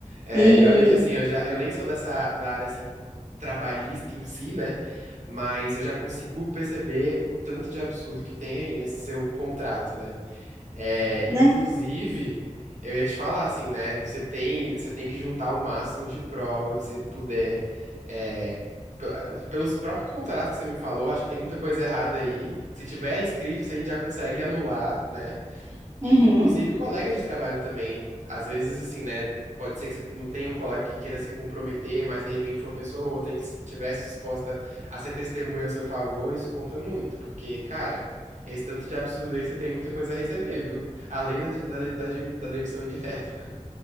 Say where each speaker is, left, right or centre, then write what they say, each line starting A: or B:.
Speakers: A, on the right; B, on the right.
A: É,
B: E,
A: e olha que assim, eu já eu nem sou dessa da área assim trabalhista em si, né? Mas eu já consigo perceber o tanto de absurdo que tem aí nesse seu contrato, né? É,
B: né?
A: inclusive, eu ia te falar assim, né? Você tem você tem que juntar o máximo de prova que você puder. É, p- pelo próprio contrato que você me falou, acho que tem muita coisa errada aí. Se tiver escrito, se a gente já consegue anular, né?
B: Uhum.
A: E, inclusive, colegas de trabalho também. Às vezes, assim, né? Pode ser que você não tenha um colega que queira se comprometer, mas de repente uma pessoa ou outra que estivesse disposta a ser testemunha a seu favor, isso conta muito, porque, cara, esse tanto de absurdo aí você tem muita coisa a receber, viu? Além da, da, da, dem- da demissão indireta.